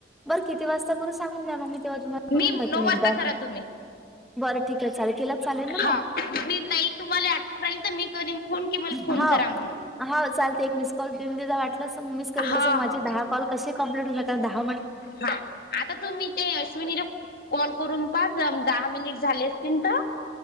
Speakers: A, in the centre; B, on the left.
A: बरं किती वाजता करून सांगून द्या मग मी तेव्हा तुम्हाला
B: मी
A: करून टाकेन
B: नऊ वाजता
A: एकदा
B: करा तुम्ही.
A: बरं ठीक आहे चालेल केला चालेल ना
B: हाव
A: मग
B: मी नाही तुम्हाला आठवून राहील तर मी <unintelligible>
A: हा
B: करा म्हणून.
A: हा चालते एक मिस कॉल वाटलं म मिस
B: हा
A: करन कस
B: हा
A: माझे दहा कॉल कसे कम्प्लीट होईल दहा
B: ह आता तुम्ही ते अश्विनीला कॉल करून पाज दहा मिनिट झाले असतील तर